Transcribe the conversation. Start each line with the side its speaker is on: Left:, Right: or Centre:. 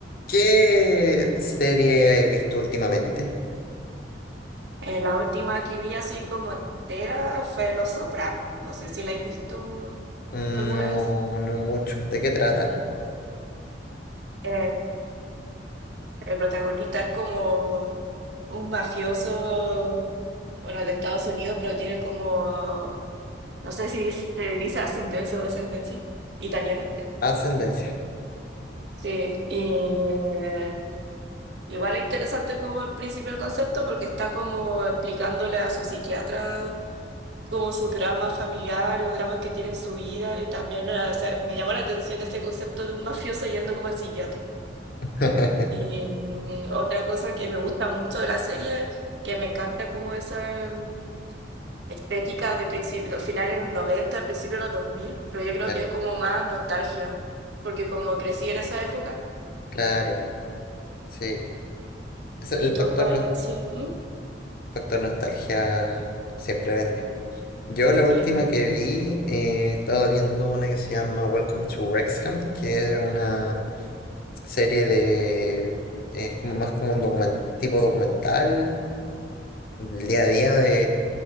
Left: ¿Qué serie he visto últimamente?
Right: Eh, la última que vi así como entera fue Los Sopranos. No sé si la he visto
Left: No,
Right: alguna vez.
Left: no mucho. ¿De qué trata?
Right: Eh, el protagonista es como un mafioso, bueno, de Estados Unidos, pero tiene como, no sé si se dice ascendencia o descendencia italiana.
Left: Ascendencia.
Right: Sí, y eh, igual es interesante como el principio del concepto porque está como explicándole a su psiquiatra como su drama familiar o dramas que tiene en su vida. Y también eh, o sea, me llamó la atención ese concepto de un mafioso yendo como al psiquiatra.
Left: <laughs>
Right: Y mm, otra cosa que me gusta mucho de la serie, que me encanta como esa mm, estética de principio, finales de los 90, principios de los dos mil pero yo creo
Left: Bueno,
Right: que es como más nostalgia, porque como crecí en esa época,
Left: claro, sí. Es el
Right: y tú
Left: factor,
Right: cuál
Left: no-
Right: ha sido, ¿Mm?
Left: factor nostalgia siempre vende. Yo la
Right: sí,
Left: última
Right: po.
Left: que vi, eh, estaba viendo una que se llama Welcome to Wrexham, que es una serie de... Es como más como un document- tipo documental, el día a día de